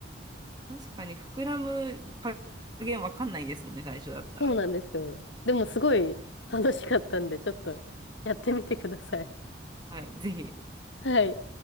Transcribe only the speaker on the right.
確かに膨らむ加減わかんないですもんね、最初だったら。
はい、ぜひ。